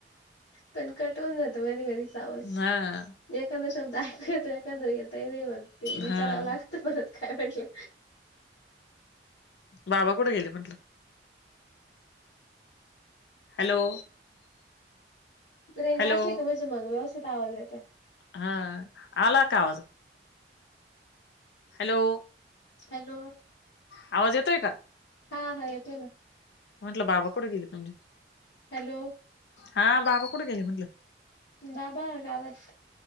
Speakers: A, on the left; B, on the left.
A: पण कट हुन जातो मधी मधी. आवाज,
B: हा
A: एखादा शब्द ऐकू येतो, एखादा नाही. काही नाही होत ते, विचारावं
B: हा.
A: लागतं परत, काय म्हटलं.
B: बाबा कुठं गेले म्हटलं. हॅलो!
A: रेंज
B: हॅलो
A: असली का म्हणजे मग व्यवस्थित आवाज येतोय.
B: हां, आला का आवाज. हॅलो!
A: हॅलो!
B: आवाज येतोय का?
A: हा हा येतोय ना.
B: म्हटलं बाबा कुठे गेले तुमचे.
A: हॅलो!
B: हां, बाबा कुठं गेले म्हटलं.
A: बााबा गावात.